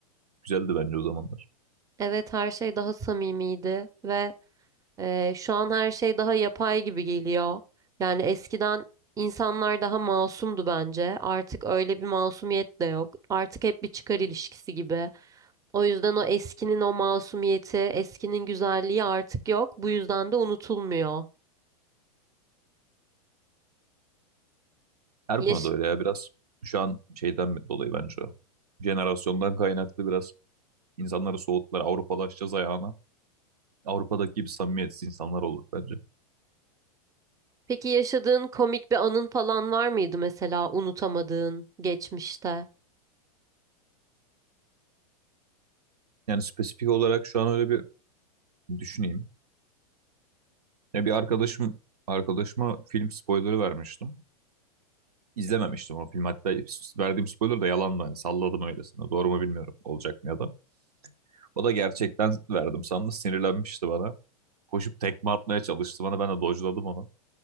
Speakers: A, on the right (about 75°); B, on the right (about 15°).
A: Güzeldi bence o zamanlar.
B: Evet her şey daha samimiydi ve Ee, şu an her şey daha yapay gibi geliyor. Yani eskiden insanlar daha masumdu bence. Artık öyle bir masumiyet de yok. Artık hep bir çıkar ilişkisi gibi. O yüzden o eskinin o masumiyeti, eskinin güzelliği artık yok. Bu yüzden de unutulmuyor.
A: Her
B: Yaş-
A: konuda öyle ya biraz şu an şeyden dolayı bence o. Jenerasyondan kaynaklı biraz insanları soğuttular. Avrupalaşacağız ayağına. Avrupa'daki gibi samimiyetsiz insanlar olduk bence.
B: Peki yaşadığın komik bir anın falan var mıydı mesela unutamadığın geçmişte?
A: Yani spesifik olarak şu an öyle bir düşüneyim. Ya bir arkadaşım arkadaşıma film spoilerı vermiştim. İzlememiştim o film. Hatta verdiğim spoiler da yalandı. Hani salladım öylesine. Doğru mu bilmiyorum olacak mı ya da. O da gerçekten verdim sandı. Sinirlenmişti bana. Koşup tekme atmaya çalıştı bana. Ben de dojladım onu.